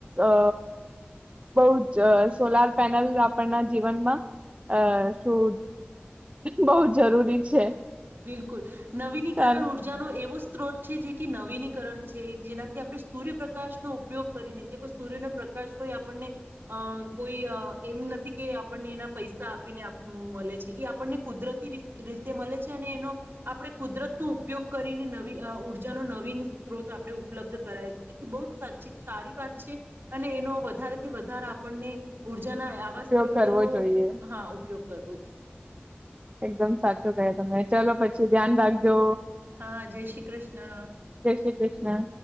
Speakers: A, on the right; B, on the right.
A: અ બહ જ સોલાર પેનલ આપણના જીવનમાં અ શું બહુ જરૂરી છે.
B: બિલકુલ, નવીનીકરણ
A: ચાલ
B: ઉર્જાનો એવો સ્ત્રોત છે જે કે નવીનીકરણ છે જેનાથી આપણે સૂર્યપ્રકાશનો ઉપયોગ કરીને જે કોઈ સૂર્ય ન પ્રકાશ કોઈ આપણને, અ કોઈ એમ નથી કે આપણને એના પૈસા આપીને મળે છે એ આણને કુદરતી તેમ એનો, આપણે કુદરત નો ઉપયોગ કરીને નવી ઉર્જાનો નવીન સ્ત્રોત આપણે ઉપલબ્ધ કરાય છે એ બવજ સારી વાત છે. અને એનો વધારેથી વધારે આપણને ઉર્જાના આવા
A: ઉપયોગ
B: સ્ત્રોતો
A: કરવો
B: નો
A: જોઈએ
B: હા ઉપયોગ કરવું જોઈએ.
A: એકદમ સાચો કયો તમે ચલો પછી ધ્યાન રાખજો.
B: હા જય શ્રી કૃષ્ણ. <inaudible>
A: જય શ્રી કૃષ્ણ